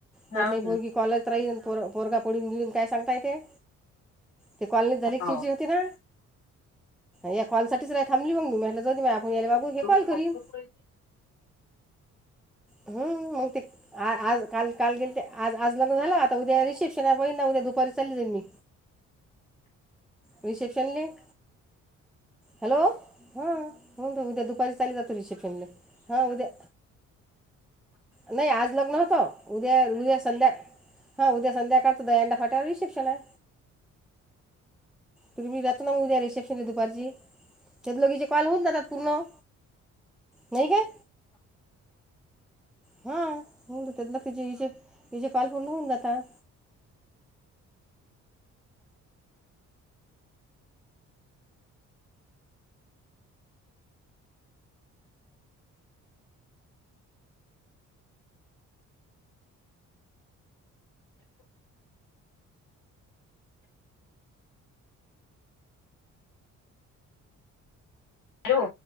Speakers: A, on the left (about 90°); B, in the centre.
A: हाव
B: म्हटल ही
A: ना.
B: पोरगी कॉलेज राहीन? पोर पोरगा पडून बिडुन काय सांगता येतय? ते कॉलनीत झाली
A: हाव
B: तेजी होती ना? या कॉलसाठीच राखाली. म्हणलं जाऊदे बाई हे कॉल
A: एवढी धावपळ
B: करीन
A: करू राहिली?
B: ह्म्म.. मल ते आ आज काल काल गेलते. आज आज झाल. आता उद्या रिसेप्शन होईन ना? उद्या दुपारी चालली जाईन मी. Reception link. हॅलो.. हा उद्या दुपारी चालली जाईन रिसेप्शनला. हा उद्या? नाही.. आज लग्न होत. उद्या उद्या संध्याकाळचं. हा उद्या संध्याकाळ तर यांना फाट्यावर रिसेप्शन ये. तुम्ही जात्या ना उद्या रिसेप्शन दुपारची त्यात हिचे कॉल होऊन जातात पूर्ण. नाही काय? हां होऊन जातात. तेचे हजे हिचेे कॉल पूर्ण होऊन जाता.
A: हॅलो.